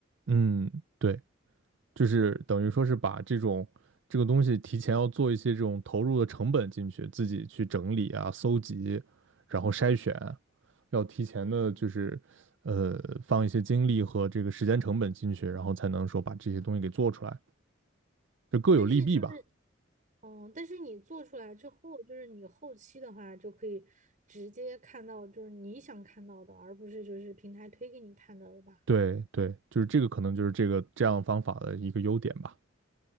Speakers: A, on the right; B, on the right.
A: 嗯，对，就是等于说是把这种这个东西提前要做一些这种投入的成本进去，自己去整理啊、搜集，然后筛选，要提前的就是呃放一些精力和这个时间成本进去，
B: 嗯
A: 然后才能说把这些东西给做出来，就各有利弊吧。
B: 但是就是，嗯，但是你做出来之后，就是你后期的话就可以直接看到，就是你想看到的，而不是就是平台推给你看到的吧？
A: 对对，就是这个可能就是这个这样方法的一个优点吧。